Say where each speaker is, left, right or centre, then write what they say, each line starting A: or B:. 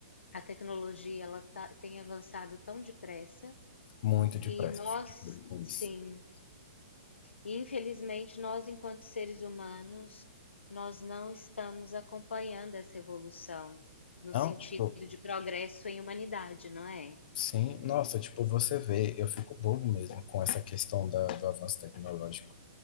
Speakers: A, on the left (about 80°); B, on the left (about 50°).
A: a tecnologia ela tá- tem avançado tão depressa
B: muito depressa,
A: e nós,
B: eu fico doido com
A: sim,
B: isso.
A: infelizmente nós enquanto seres humanos, nós não estamos acompanhando essa evolução no
B: Não,
A: sentido
B: tipo,
A: de progresso em humanidade, não é?
B: sim, nossa, tipo, você vê, eu fico bobo mesmo com essa questão da, do avanço tecnológico,